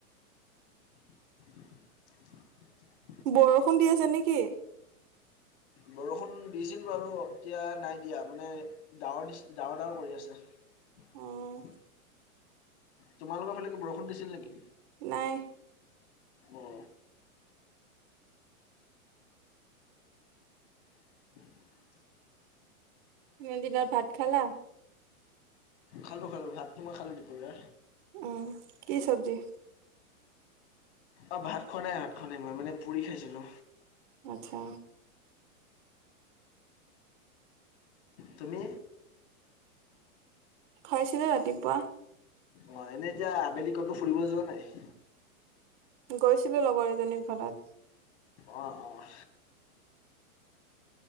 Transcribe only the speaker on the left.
<inaudible>
বৰষুণ দিছিল বাৰু, এতিয়া নাই দিয়া। মানে, ডাৱৰ দিছ ডাৱৰ ডাৱৰ কৰি আছে।
তোমালোকৰ ফালে কি বৰষুণ দিছিল নেকি?
অ'। <inaudible>
খালোঁ খালোঁ, ভাতটো মই খালো দুপৰীয়া।
অ' ভাত খোৱা নাই, ভাত খোৱা নাই মই, মানে পুৰি খাইছিলো।
তুমি?
অ' এনে এতিয়া আবেলি ক'তো ফুৰিব যোৱা নাই?
অ' অ'।